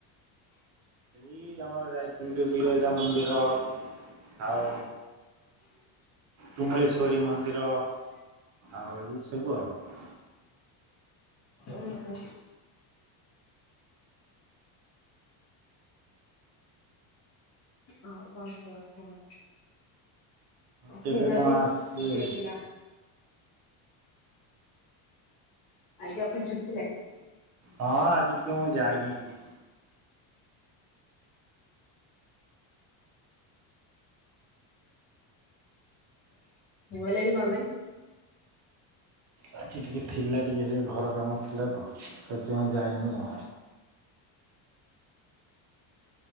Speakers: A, on the right; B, on the left.
A: ଏଇ ଆମର ଯାଇଥିଲୁ ଟିକେ ବିରଜା ମନ୍ଦିର ଆଉ କୁମଳେସ୍ୱେରୀ ମନ୍ଦିର ଆଉ ଏଇସବୁ ଆଉ
B: ଓହୋ ହଉ କଣ ଖବର କୁହନ୍ତୁ ଅଫିସ
A: କେବେ
B: ଆଜି
A: କଣ ଆସିବେ
B: ଛୁଟି ଥିଲା ଆଜି ଅଫିସ ଛୁଟିଥିଲା
A: ହଁ ଆଜି ଟିକେ ମୁଁ ଯାଇନି ଟିକେ
B: ଗଲେନି କଣ ପାଇଁ
A: ଆଜି ଟିକେ ଥିଲା ଟିକେ ସେ ଘର କାମ ଥିଲା ତ ସେଥିପାଇଁ ଯାଇନି ଆଉ